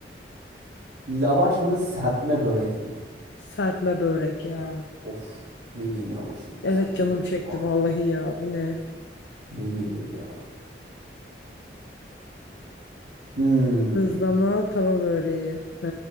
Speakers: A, on the right; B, on the left.
A: Lavaş mı serpme börek mi?
B: Serpme börek ya.
A: Of ne yenir ama şimdi
B: Evet
A: o serpme
B: canım
A: börek
B: çekti
A: de var
B: vallahi
A: ya.
B: ya. Bu ne?
A: Ne yenir ya? Hmm.
B: Dızlama tava böreği. Ha.